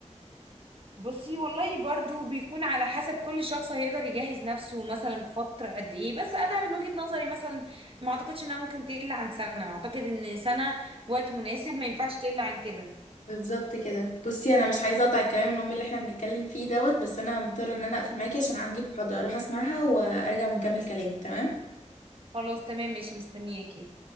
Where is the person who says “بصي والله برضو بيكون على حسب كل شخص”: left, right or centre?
Right